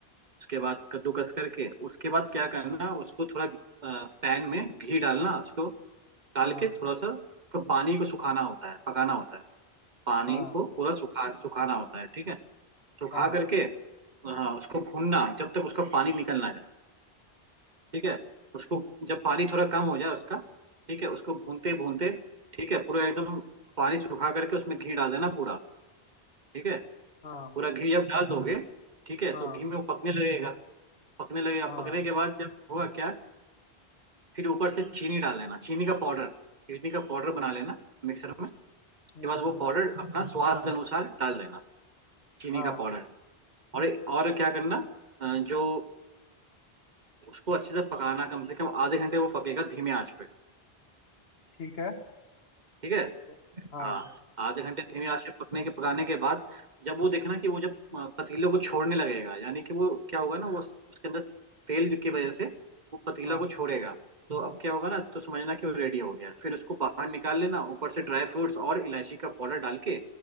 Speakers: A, on the right; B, on the left.
A: उसके बाद कद्दूकस करके उसके बाद क्या करना उसको थोड़ा पैन में घी डालना उसको डाल
B: हाँ
A: के थोड़ा सा उसको पानी को सुखाना होता है पकाना होता है पानी
B: हाँ
A: को पूरा सुखा सुखाना होता है ठीक है सुखा
B: हाँ
A: करके हाँ उसको भूनना जब तक उसका पानी निकल ना जाए ठीक है उसको जब पानी थोड़ा कम हो जाए उसका ठीक है उसको भूनते भूनते ठीक है पूरा एकदम पानी सुखा करके उसमें घी डाल देना पूरा ठीक है
B: हाँ
A: पूरा घी जब डाल दोगे ठीक है
B: हाँ
A: तो घी में वो पकने लगेगा पकने लगेगा
B: हाँ
A: पकने के बाद जब होगा क्या फिर ऊपर से चीनी डाल लेना चीनी का पाउडर चीनी का पाउडर बना लेना मिक्सर में उसके
B: हम्म
A: बाद वो
B: हम्म
A: पाउडर अपना स्वाद अनुसार डाल देना चीनी
B: हाँ
A: का पाउडर और और क्या करना अ, जो उसको अच्छे से पकाना कम से कम आधे घंटे वो पकेगा धीमे आंच पे
B: ठीक है
A: ठीक है
B: तो- हाँ
A: हाँ आधे घंटे धीमे आंच पे पकने के पकाने के बाद जब वो देखना कि वो जब अ, पतीले को छोड़ने लगेगा यानी कि वो क्या होगा ना वो उस- उसके अंदर तेल की वजह से वो पतीला
B: हाँ
A: को छोड़ेगा तो अब क्या होगा ना तो समझना कि वो रेडी हो गया फिर उसको बाहर निकाल लेना ऊपर से ड्राई फ्रूट्स और इलायची का पाउडर डाल के